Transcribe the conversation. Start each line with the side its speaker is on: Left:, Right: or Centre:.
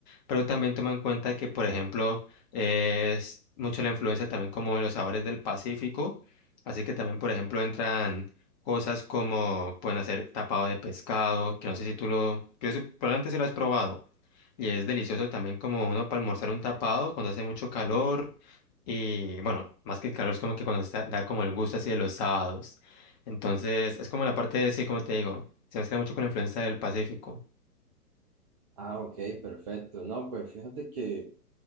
Left: Pero también toma en cuenta que, por ejemplo, es mucho la influencia también como de los sabores del Pacífico. Así que también, por ejemplo, entran cosas como pueden hacer tapado de pescado, que no sé si tú lo, que eso- probablemente si lo has probado. Y es delicioso también como uno para almorzar un tapado cuando hace mucho calor. Y bueno, más que el calor es como que cuando está- da como el gusto así de los sábados. Entonces, es como la parte de, sí, como te digo, se mezcla mucho con la influencia del Pacífico.
Right: Ah, ok, perfecto. No, pues fíjate que